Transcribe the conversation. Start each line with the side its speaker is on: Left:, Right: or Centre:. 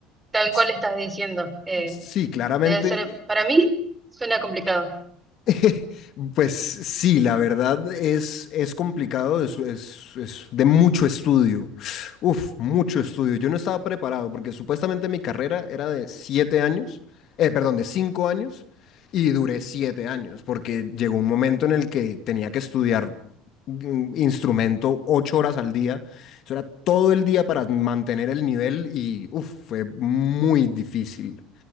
Right: tal
Left: S-
Right: cual estás diciendo, eh,
Left: Sí, claramente
Right: debe ser, para mí suena complicado.
Left: <laughs> Pues sí, la verdad es, es complicado, es, es- es de mucho estudio. Uf, mucho estudio. Yo no estaba preparado porque supuestamente mi carrera era de siete años, eh, perdón, de cinco años y duré siete años porque llegó un momento en el que tenía que estudiar mm, instrumento ocho horas al día. Eso era todo el día para mantener el nivel y uf, fue muy difícil.